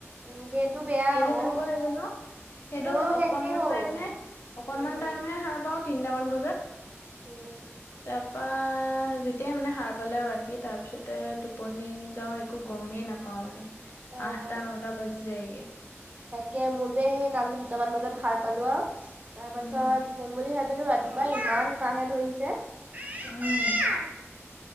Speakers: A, on the right; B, on the left.
A: উ সেইটো বেয়া
B: কেলে
A: আকৌ
B: তেনেকুৱা হয় জানো সেইটো
A: মোৰো
B: অকনমান
A: শেষেই হ'ল
B: টাইম হে অকনমান
A: উম
B: টাইমহে সাৰ পাও তিনটামান বজাত
A: উম
B: তাৰপা যেতিয়াই মানে সাৰ পালে আৰু ৰাতি তাৰ পিছতে টোপনি যাওঁ একো গমেই নাপাওঁ মানে।
A: অ
B: আঠটা নটা বাজি যায়গে।
A: তাকে মোৰ যে সেই কালি দুটামান বজাত সাৰ পালো আৰু তাৰ পাছত
B: উম
A: হোম বুলি ভাবিলো ৰাতি কোবাই ইমান কহে ধৰিছে।
B: উম